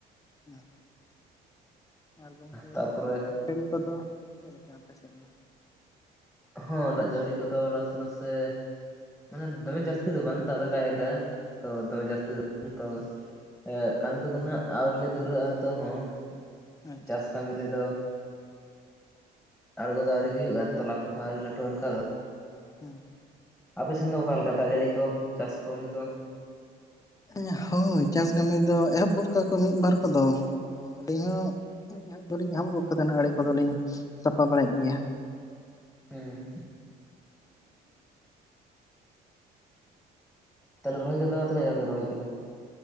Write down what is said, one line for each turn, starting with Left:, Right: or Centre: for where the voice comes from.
Left: ᱦᱮᱸ᱾ ᱟᱨ ᱜᱚᱝᱠᱮ
Centre: ᱛᱟᱯᱚᱨᱮ
Left: ᱫᱟᱜ ᱡᱟᱹᱲᱤ ᱠᱚᱫᱚ ᱪᱮᱫ ᱞᱮᱠᱟ ᱟᱯᱮ ᱥᱮᱫ ᱫᱚ?
Centre: ᱦᱚᱸ ᱫᱟᱜ ᱡᱟᱹᱲᱤ ᱠᱚᱫᱚ ᱱᱟᱥᱮ ᱱᱟᱥᱮ ᱢᱟᱱᱮ ᱫᱚᱢᱮ ᱡᱟᱹᱥᱛᱤ ᱫᱚ ᱵᱟᱝ, ᱫᱟᱜ ᱫᱚᱭ ᱫᱟᱜ ᱮᱫᱟ ᱛᱚ ᱫᱚᱢᱮ ᱡᱟᱹᱥᱛᱤ ᱫᱚ ᱵᱟᱝ ᱛᱚ᱾ ᱮᱸᱜ, ᱠᱟᱹᱢᱤ ᱠᱚᱫᱚ ᱦᱟᱸᱜ ᱟᱹᱣᱨᱤᱞᱮ ᱫᱷᱩᱨᱟᱹᱜ-ᱟ ᱱᱤᱛᱳᱜ ᱦᱚᱸ
Left: ᱟᱪᱪᱷᱟ
Centre: ᱪᱟᱥ
Left: ᱟᱪᱪᱷᱟ
Centre: ᱠᱟᱹᱢᱤ ᱨᱮᱫᱚ᱾ ᱟᱬᱜᱚ ᱫᱚ ᱟᱹᱣᱨᱤ ᱦᱩᱭᱩᱜ-ᱟ ᱛᱚᱞᱟ ᱠᱚᱦᱚᱸ ᱟᱹᱣᱨᱤ ᱞᱟᱹᱴᱩᱜ-ᱟ ᱚᱱᱠᱟ ᱫᱚ᱾
Left: ᱦᱩᱸ᱾
Centre: ᱟᱯᱮ ᱥᱮᱱ ᱫᱚ ᱚᱠᱟᱞᱮᱠᱟ ᱫᱟᱜ ᱡᱟᱹᱲᱤ ᱠᱚ, ᱪᱟᱥ ᱠᱟᱹᱢᱤ ᱠᱚ?
Left: ᱮᱸ, ᱦᱳᱭ ᱪᱟᱥ ᱠᱟᱹᱢᱤ ᱫᱚ ᱮᱦᱚᱵ ᱜᱚᱫ ᱠᱟᱜ-ᱟᱠᱚ ᱢᱤᱫ ᱵᱟᱨ ᱠᱚᱫᱚ᱾ ᱟᱫᱚ ᱟᱹᱞᱤᱧ ᱦᱚᱸ ᱮᱦᱚᱵ ᱫᱚᱞᱤᱧ ᱮᱦᱚᱵ ᱜᱚᱫ ᱠᱟᱫᱟ, ᱚᱱᱟ ᱟᱲᱮ ᱠᱚᱫᱚᱞᱤᱧ ᱥᱟᱯᱟ ᱵᱟᱲᱟᱭᱮᱫ ᱜᱮᱭᱟ᱾
Centre: ᱦᱮᱸ ᱛᱟᱦᱚᱞᱮ ᱨᱚᱦᱚᱭ ᱠᱚᱫᱚ ᱛᱤᱱᱟᱹᱜ ᱜᱟᱱ ᱵᱮᱱ ᱨᱚᱦᱚᱭ ᱠᱮᱫᱟ?